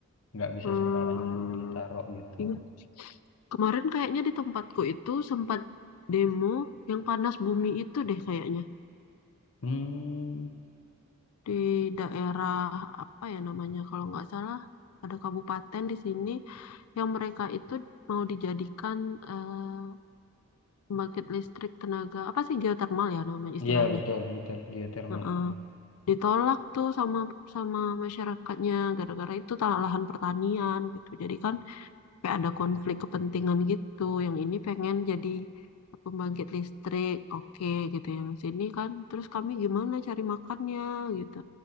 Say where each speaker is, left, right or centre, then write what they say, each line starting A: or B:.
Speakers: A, on the left; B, on the left.
A: nggak bisa
B: Hmm,
A: sembarangan ditaruh gitu.
B: iya. Kemarin kayaknya di tempatku itu sempat demo yang panas bumi itu deh kayaknya.
A: Hmm,
B: Di daerah apa ya namanya kalau nggak salah ada kabupaten di sini yang mereka itu mau dijadikan eh, pembangkit listrik tenaga apa sih geothermal ya nama istilahnya.
A: iya betul betul geotermal.
B: Heeh. Ditolak tuh sama sama masyarakatnya gara-gara itu tanah lahan pertanian gitu. Jadi kan kayak ada konflik kepentingan gitu. Yang ini pengen jadi pembangkit listrik, oke gitu. Yang sini kan terus kami gimana cari makannya gitu.